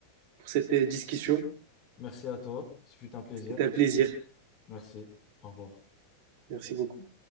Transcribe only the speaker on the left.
Merci à toi. Ce fut un plaisir.
Merci. Au revoir.